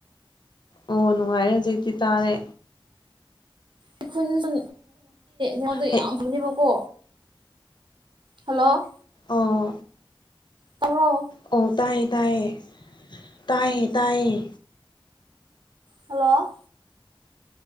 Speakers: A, on the left; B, on the right.
A: ꯑꯣ ꯅꯨꯡꯉꯥꯏꯔꯦ ꯍꯧꯖꯤꯛꯇꯤ ꯇꯥꯔꯦ
B: ꯑꯩꯈꯣꯏꯅꯁꯨ ꯅꯉꯣꯟꯗꯣ
A: ꯍꯩ
B: ꯌꯥꯝ ꯐꯅꯦꯕꯀꯣ ꯍꯜꯂꯣ
A: ꯑꯣ
B: ꯇꯥꯕ꯭ꯔꯣ
A: ꯑꯣ ꯇꯥꯏꯌꯦ ꯇꯥꯏꯌꯦ ꯇꯥꯏꯌꯦ ꯇꯥꯏꯌꯦ
B: ꯍꯜꯂꯣ